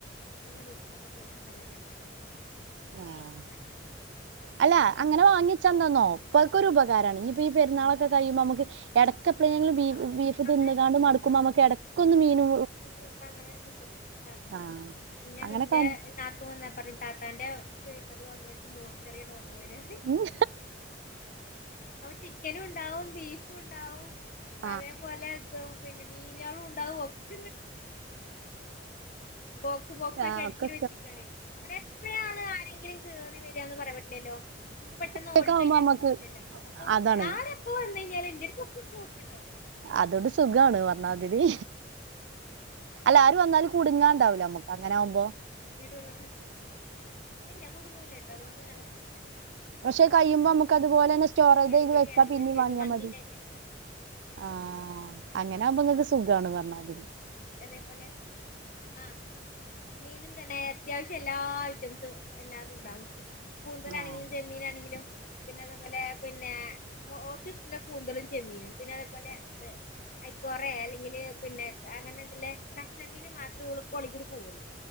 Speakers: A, on the left; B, on the right.
A: അപ്പോ ഞാൻ വീട്ടിൽന്നൊക്കെ പോരുന്ന സമയത്ത് അങ്ങാടിന്ന് അത്യാവശ്യം
B: ആഹ്
A: വേണ്ടതൊക്കെ <inaudible>
B: അല്ല അങ്ങനെ വാങ്ങിവെച്ചാ എന്താനോ പ്പോക്കൊരു ഉപകാരാണ് ഇനിപ്പോ പെരുന്നാളൊക്ക കഴിയുമ്പോ നമുക്ക് എടക്ക് എപ്പളേങ്കിലും
A: ആഹ്
B: ബീഫ്
A: അങ്ങനെ
B: തിന്ന്ക്കാണ്ട്
A: ആവുമ്പോ സുഖാണ്
B: മടക്കുമ്പോ നമുക്ക് എടക്കൊന്ന് മീനു
A: <inaudible> അങ്ങനെ കിട്ടും ഇണ്ടാക്കും
B: ആഹ്
A: പിന്നെ
B: അങ്ങനൊക്കെ
A: ഇന്റെ
B: ആവുമ്പോ
A: താത്തു വന്നാ പറയും താത്താന്റെ ഫ്രിസറ് തൊറന്ന്ച്ചാ മോർച്ചറിയാ ഓർമ്മ വരാ <inaudible>
B: ഉം
A: അപ്പോ ചിക്കനുണ്ടാവും ബീഫും ഉണ്ടാവും പഴേപോലെ
B: ആഹ്
A: ഇതും പിന്നെ മീനുകളും ഒണ്ടാവും <unintelligible> ബോക്സ് ബോക്സാക്കി
B: ഒക്കെ ആഹ്
A: അടക്കിന്
B: ഒക്കെ
A: വെച്ചേക്കണേ കാരണം എപ്പോഴാണ് ആരെങ്കിലും കേറി വരാന്ന് പറയാൻ പറ്റില്ലല്ലോ നമുക്ക് പെട്ടെന്ന്
B: ഒറ്റക്കാവുമ്പോ
A: ഓടിക്കഴിഞ്ഞാ
B: നമ്മക്ക്
A: കിട്ടൂലല്ലോ അപ്പോ
B: അതാണ്
A: ആരെപ്പവന്ന് കഴിഞ്ഞാലും എന്റെടുത്ത് ഇപ്പ സ്റ്റോക്ക് ഇണ്ടാവും
B: അതുകൊണ്ട് സുഖാണ് പറഞ്ഞാതിരി അല്ല ആര് വന്നാലും കുടുങ്ങാണ്ടാവില്ല
A: ആ
B: നമ്മുക്ക് അങ്ങനാവുമ്പോ
A: <unintelligible> ഇല്ല കുടുങ്ങൂല്ലട്ടോ അതുകൊണ്ട് നല്ല <inaudible> ആഹ്
B: പക്ഷെ കഴിയുമ്പോ നമുക്ക് അതുപോലെ തന്നെ സ്റ്റോറേജെയ്ത്
A: ബിരിയാണിന്റെ
B: വെക്കാം
A: അരി ആണെങ്കിലും
B: പിന്നേം
A: ശരി
B: വാങ്ങിയാ
A: മന്തിന്റെ
B: മതി
A: അരി
B: ആഹ് അങ്ങനാവുമ്പ ഇങ്ങക്ക് സുഖാണ് പറഞ്ഞമാതിരി
A: എതേ പോലെ ആഹ് മീനും തന്നെ അത്യാവശ്യം എല്ലാ ഐറ്റംസും എല്ലാതും ഉണ്ടാവും കൂന്തലാണെങ്കിലും
B: ആഹ്
A: ചെമ്മീനാണെങ്കിലും പിന്നെ അതേപോലെ പിന്നേ മോൾ‌ക്കിഷ്ട്ടള്ള കൂന്തളും ചെമ്മീനും പിന്നെ അതേപോലെ ഇത് ഐക്കോറേ അല്ലെങ്കില് പിന്നെ അങ്ങനെ എന്തല്ലേ കഷ്ണമീന് മാത്രേ ഓളെ തൊള്ളിക്കൂടെ പോവുള്ളു